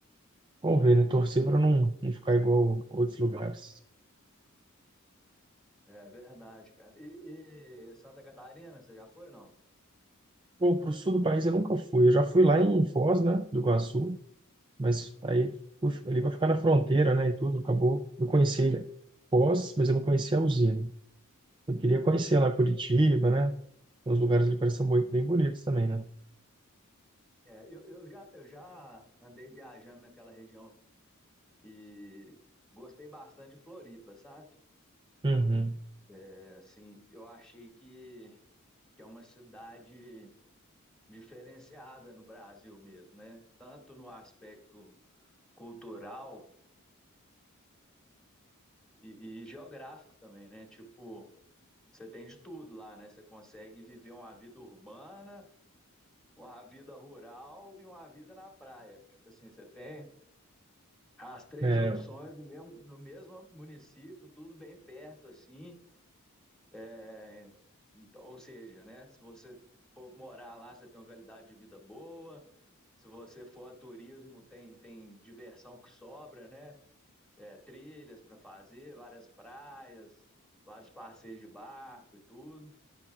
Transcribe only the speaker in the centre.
É verdade, cara. E, e Santa Catarina, você já foi ou não?
É, eu, eu já, eu já andei viajando naquela região e gostei bastante de Floripa, sabe?
É, assim, eu achei que, que é uma cidade diferenciada no Brasil mesmo, né? Tanto no aspecto cultural e, e geográfico também, né? Tipo, você tem de tudo lá, né? Você consegue viver uma vida urbana, uma vida rural e uma vida na praia. Tipo assim, você tem As três
opções no mesmo, no mesmo município, tudo bem perto, assim. É, então, ou seja, né? Se você for morar lá, você tem uma qualidade de vida boa. Se você for a turismo, tem, tem diversão que sobra, né? É, trilhas para fazer, várias praias, vários passeios de barco e tudo.